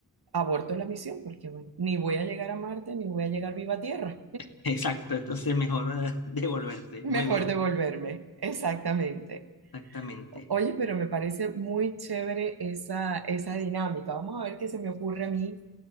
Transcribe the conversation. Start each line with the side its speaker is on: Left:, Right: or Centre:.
Right: aborto la misión, porque bueno, ni voy a llegar a Marte, ni voy a llegar viva a tierra.
Left: <laughs> exacto. Entonces mejor eh, <laughs> devolverse.
Right: <laughs> Mejor
Left: Muy bien,
Right: devolverme, exactamente.
Left: exactamente.
Right: Oye, pero me parece muy chévere esa, esa dinámica. Vamos a ver qué se me ocurre a mí,